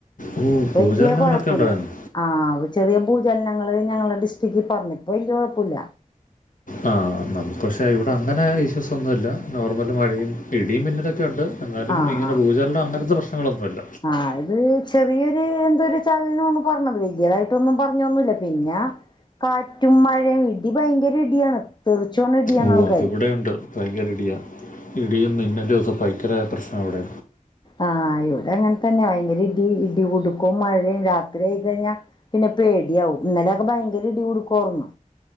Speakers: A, on the left (about 75°); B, on the left (about 35°).
A: ഓ
B: വല്ല്യ
A: ഭൂചലനങ്ങളൊക്കെ
B: കൊഴപ്പല്ല.
A: ഉണ്ടായിരുന്നു
B: ആഹ് അ ചെറിയ ഭൂചലനങ്ങള് ഞങ്ങളുടെ ഡിസ്ട്രിക്കിൽ പറഞ്ഞു ഇപ്പൊ വല്ല്യ കൊഴപ്പമില്ല.
A: ആ നമുക്ക് പക്ഷേ ഇവിടെ അങ്ങനെ ഇഷ്യൂസ് ഒന്നുല്ല നോർമൽ മഴയും ഇടിയും മിന്നല ഒക്കെ ഒണ്ട് എന്നാലും
B: ആഹ്
A: ഇങ്ങനെ ഭൂചലനം അങ്ങനത്തെ പ്രശ്നങ്ങളൊന്നുല്ല.
B: അത് ചെറിയൊരു എന്തൊരു ചലനം എന്നാ പറഞ്ഞത് വല്ല്യതായിട്ടൊന്നും പറഞ്ഞോന്നുല്ല പിന്നെ, കാറ്റും മഴയും ഇടി ഭയങ്കര ഇടിയാണ് തെറിച്ചോണ ഇടിയാണ്
A: ഓ
B: ആൾക്കാര്
A: അതിവിടെ ഉണ്ട് ഭയങ്കര ഇടിയാ ഇടിയും മിന്നലൊക്കെ ഭയങ്കര പ്രശ്നവാ ഇവിടെ
B: ആഹ് ഇവിടെ അങ്ങനെ തന്നെ ഭയങ്കര ഇടി ഇടി കുടുക്കും മഴയും രാത്രി ആയി കഴിഞ്ഞാ പിന്നെ പേടിയാവും ഇന്നലെയൊക്കെ ഭയങ്കര ഇടി കൊടുക്കവാർന്നു.